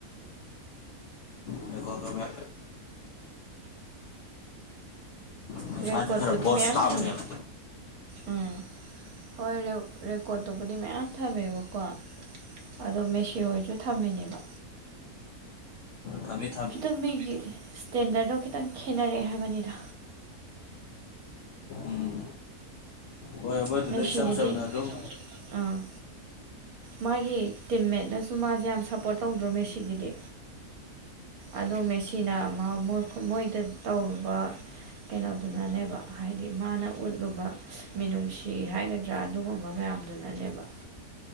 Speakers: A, on the left (about 65°); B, on the right (about 75°).
A: ꯑꯗꯨꯒꯀꯣ ꯀ ꯅꯨꯡꯁꯥꯁꯦ
B: ꯔꯦꯀꯣꯔ
A: ꯈꯔ
B: ꯄꯗꯤ
A: ꯕꯣꯁ
B: ꯃꯌꯥꯝ
A: ꯀꯥꯕꯅꯦꯕ
B: ꯊꯝꯃꯦ ꯎꯝ ꯍꯣꯏ ꯔꯦꯀꯣꯔꯠꯇꯨꯕꯨꯗꯤ ꯃꯌꯥꯝ ꯊꯝꯃꯦꯕꯀꯣ ꯑꯗꯣ ꯃꯦꯁꯤ ꯍꯣꯏꯁꯨ ꯊꯝꯃꯤꯅꯦꯕ
A: ꯊꯝꯃꯤ ꯊꯝꯃꯤ
B: ꯀꯈꯤꯇꯪ ꯃꯤꯒꯤ ꯏꯁꯇꯦꯟꯗꯔꯠꯗꯣ ꯈꯤꯇꯪ ꯈꯦꯠꯅꯔꯛꯑꯦ ꯍꯥꯏꯕꯅꯤꯗ
A: ꯎꯝ ꯍꯣꯏ ꯃꯗꯨꯅ
B: ꯃꯦꯁꯤꯒꯤꯗꯤ
A: ꯏꯆꯝ ꯁꯝꯅ ꯑꯗꯨꯝ
B: ꯑꯥ ꯃꯥꯒꯤ ꯇꯤꯝꯃꯦꯠꯅꯁꯨ ꯃꯥꯁꯦ ꯌꯥꯝ ꯁꯞꯄꯣꯔꯠ ꯇꯧꯗ꯭ꯔꯣ ꯃꯦꯁꯤꯒꯤꯗꯤ ꯑꯗꯣ ꯃꯦꯁꯤꯅ ꯃꯣꯏꯗ ꯇꯧꯔꯨꯕ ꯀꯩꯅꯣꯗꯨꯅꯅꯦꯕ ꯍꯥꯏꯗꯤ ꯃꯥꯅ ꯎꯠꯂꯨꯕ ꯃꯤꯅꯨꯡꯁꯤ ꯐꯤ ꯍꯥꯏꯒꯗ꯭ꯔꯥ ꯑꯗꯨꯒꯨꯝꯕ ꯃꯌꯥꯝꯗꯨꯅꯅꯦꯕ